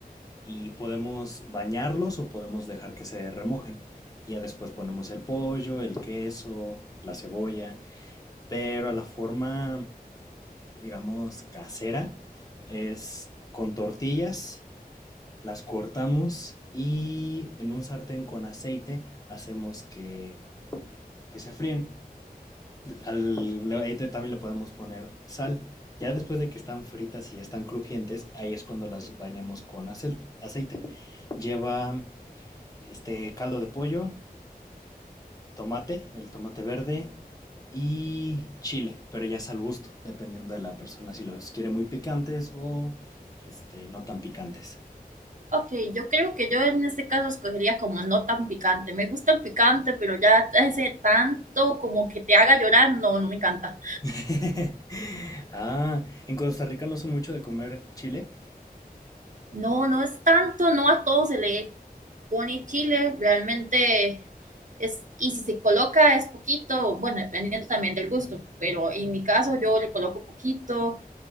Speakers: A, on the left; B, on the right.
A: y podemos bañarlos o podemos dejar que se remojen. Y ya después ponemos el pollo, el queso, la cebolla. Pero la forma, digamos, casera es con tortillas, las cortamos y en un sartén con aceite hacemos que, que se fríen. Al, ahí también le podemos poner sal. Ya después de que están fritas y ya están crujientes, ahí es cuando las bañamos con acel- aceite. Lleva este caldo de pollo, tomate, el tomate verde y chile, pero ya es al gusto, dependiendo de la persona si los quiere muy picantes o este no tan picantes.
B: Ok, yo creo que yo en este caso escogería como no tan picante. Me gusta el picante, pero ya ese tanto como que te haga llorar, no, no me encanta.
A: <laughs> Ah, en Costa Rica no son mucho de comer chile.
B: No, no es tanto, no a todo se le pone chile, realmente es, y si se coloca es poquito, bueno, dependiendo también del gusto, pero en mi caso yo le coloco poquito,